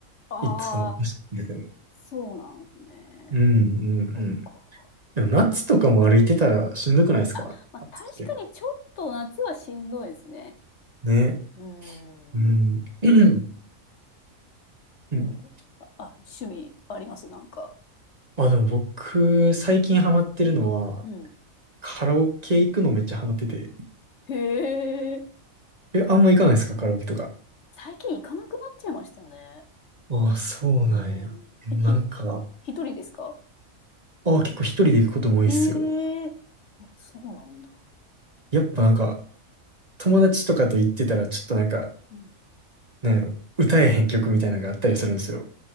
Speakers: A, on the left; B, on the right.
A: あ。ああ、
B: いつも走ってる。
A: そうなんですね。
B: うんうん
A: そっか。
B: でも夏とかも歩いてたらしんどくないですか暑くて。
A: あ、まあ確かにちょっと夏はしんどいですね。
B: ね。
A: う
B: うん。
A: ん。
B: <clears throat>
A: おあ、
B: うん。
A: あ趣味ありますなんか。
B: あ、でも僕、最近ハマってるのは、
A: うん。
B: カラオケ行くのめっちゃハマってて。
A: へえ。
B: え、あんま行かないですかカラオケとか。
A: 最近行かなくなっちゃいましたね。
B: ああ、そうなんや。
A: うん。
B: えなんか、
A: え、ひ、一人ですか
B: ああ、結構一人で行くことも多いっすよ。
A: ええあ、そうなんだ。
B: やっぱなんか、友達とかと行ってたら、ちょっとなんか、
A: うん。
B: なんやろ、歌えへん曲みたいなのがあったりするんですよ。